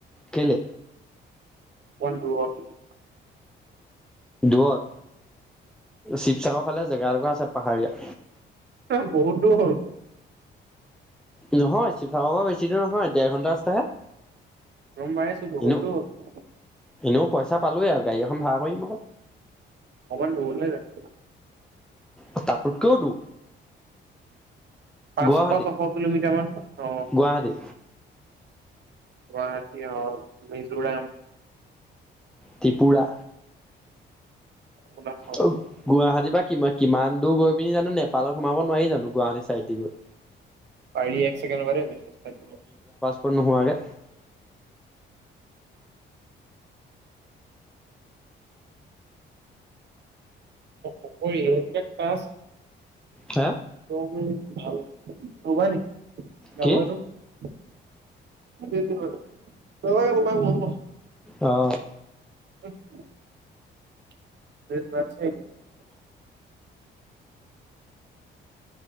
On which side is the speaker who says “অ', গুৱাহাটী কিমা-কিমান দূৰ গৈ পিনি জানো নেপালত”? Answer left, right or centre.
Centre